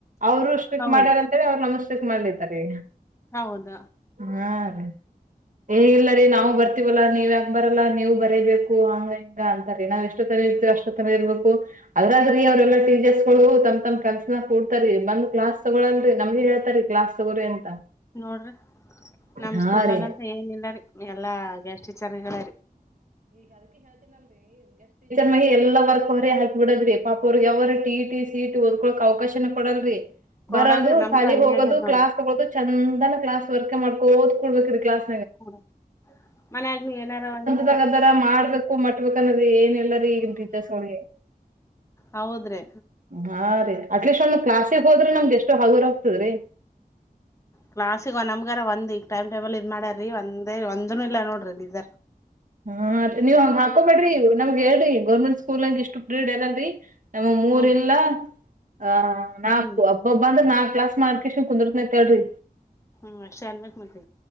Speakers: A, on the right (about 55°); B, on the left (about 20°).
A: ಅವ್ರು ಸ್ಟ್ರಿಕ್
B: ಹೌದ
A: ಮಾಡ್ಯಾರಂತೆಳಿ ಅವ್ರು ನಮ ಸ್ಟ್ರಿಕ್ ಮಾಡ್ಲತಾರಿ
B: ಹೌದ
A: ಹಾ ರೀ ಏ ಇಲ್ಲ ರೀ ನಾವು ಬರ್ತಿವಲ್ಲ ನೀವ ಯಾಕ್ ಬರಲ್ಲ ನೀವು ಬರೀಬೇಕು ಹಂಗ ಇಂಗ ಅಂತಾರೆ ನಾವ್ ಎಷ್ಟತ್ ಅಷ್ಟ ಇರ್ಬೇಕು ಅದ್ರ್ರೀ ಅವ್ರಲ್ಲಾ ಟೀಚರ್ಸ್ಗಳು ತಮ್ಮ್ ತಮ್ಮ್ ಕಲ್ಸನ ಕಡ್ತಾರೆ ಬಂದ ಕ್ಲಾಸ್ ತೊಗೋಳಲ್ರಿಮಗೆ ಹೇಳ್ತಾರಿ ಕ್ಲಾಸ್ ತಗೋಿ ಅಂತ
B: ನೋಡ್ರಿ ನಮ್
A: ಹಾ
B: ಸ್ಕೂಲ್
A: ರೀ
B: ನಾಗಂತ ಏನ ಇಲ್ಲರಿ ಎಲ್ಲಾ ಗೆಸ್ಟ್ ಟೀಚರ್ಗಳರಿ
A: ಮಿ ಎಲ್ಲ ವರ್ಕ್ ಅವರೇ ಹಲ್ಕ್ ಬಿಡದ್ರಿ ಪಾಪ ಅವರು ಯವ್ರ ಟಿ ಸಿ ಟಿ ಓದ್ಕೊಕ್ ಅವಕಾಶನ ಕೊಡಲ್ರರಿ
B: ಕೊಡಲ್ರಿ
A: ಬರೋದು
B: ನಮ್ಗೂ
A: ಶಾಲೆಗೆ
B: ಹಂಗೆ
A: ಹೋಗೋದು
B: ಆಗ್ಯದ ನೋಡ್ರಿ
A: ಕ್ಲಾಸ್ ತಗೋದು ಚಂದನ ಕ್ಲಾಸ್ ವರ್ಕ್ ಮಾಡ್ಕೋದ್ಕಡ್ಬೇಕ್ರ ಕ್ಲಾಸ್
B: ಹ್ಮ ಮನಾಗಲಿ ಏನಾರ ಒಲ್ಲ
A: ದಾಗ ಅದಾರ ಮಾಡ್ಬೇಕು ಮಟ್ಬೇಕ ಅನ್ನದ ಏನ್ ಎಲ್ಲರ ಈಗೀತ ಸೋಳಗೆ
B: ಹೌದ್ರೆ
A: ಹಾ ರೀ ಅಟ್ಲೀಸ್ಟ್ ಒಂದು ಕ್ಲಾಸಿಗೆ ಹೋದ್ರೆ ನಮ್ಗೆ ಎಷ್ಟು ಹಗುರ ಆಗ್ತದ್ರೀ
B: ಕ್ಲಾಾಸಿಗ ನಮ್ಗಾರ ಒಂದ್ ಈಗ ಟೈಮ್ ಟೇಬಲ್ ಇದ್ ಮಾಡ್ಯಾರೀ ಒಂದೇ ಒಂದನು ಇಲ್ಲ ನೋಡ್ರಿ ನಿರ್
A: ಹಾರಿ ನೀವ್ ಹಂಗ ಹಾಕೋಬೇಡ್ರಿ ನಮ್ಗೆ ಹೇಳ್ರಿ ಗೋರ್ಮೆಂಟ್ ಸ್ಕೂಲ್ಂಗ ಇಷ್ಟು ಫ್ರೀಡ್ ಅಲ್ಲಲ್ರರಿ ನಮ್ಮ ಮೂರಿಲ್ಲ
B: ಹ್ಮ್
A: ಆ
B: ಹ್ಮ್
A: ನಾಲ್ಕು ಹಬ್ಬಬ್ಬ ಅಂದ್ರೆ ನಾಲ್ಕು ಕ್ಲಾಸ್ ಮಾಡ್ಕೇಶನ್ ಕುಂದ್ರತ್ರಿ
B: ಹ್ಮ್ ಅಷ್ಟನ್ಬೇಕಕ್ ಮತ